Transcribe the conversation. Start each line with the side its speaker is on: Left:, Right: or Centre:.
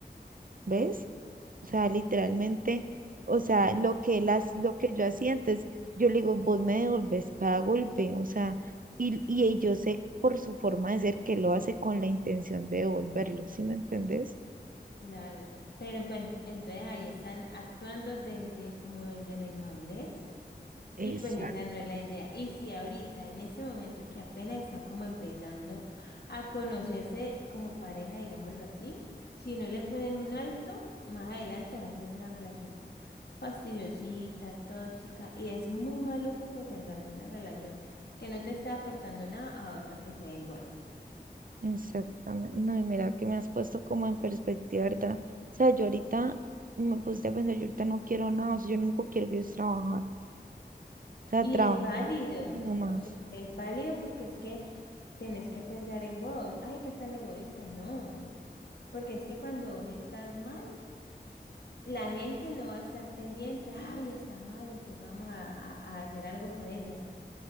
Right: ¿ves? O sea, literalmente, o sea, lo que él hac- lo que yo hacía antes, yo le digo, vos me devolvés cada golpe, o sea, y, y él- yo sé por su forma de ser que lo hace con la intención de devolverlo, ¿sí me entendés?
Left: Claro, pero pues entonces ahí están actuando desde como desde la inmadurez
Right: Exacto.
Left: y pues esa no es la idea. Y si ahorita en este momento que apenas están como empezando a conocerse como pareja, digámoslo así, si no le ponen un alto, más adelante va a ser una relación fastidiosita, tóxica y es muy maluco que salgas de una relación que no te está aportando nada a otra que sea igual.
Right: Exactamente. No, y mira que me has puesto como en perspectiva, ¿verdad? O sea, yo ahorita me puse a pensar, yo ahorita no quiero nada, o sea, yo lo único que quiero es trabajar, o sea,
Left: Y
Right: trabajar
Left: es válido,
Right: y no más.
Left: o sea, es válido porque es que tenés que pensar en vos. Ay, qué tan egoísta, no. Porque es que cuando vos estás mal, la gente no va a estar pendiente. Ay, está mal, entonces vamos a, a- a hacer algo por ella.